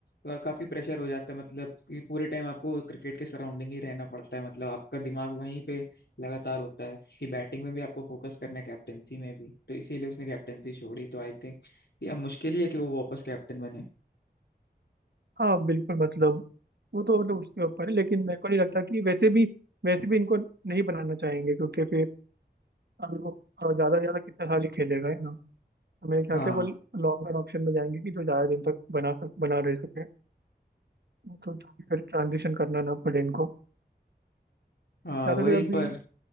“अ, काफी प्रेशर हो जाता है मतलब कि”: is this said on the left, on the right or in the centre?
Left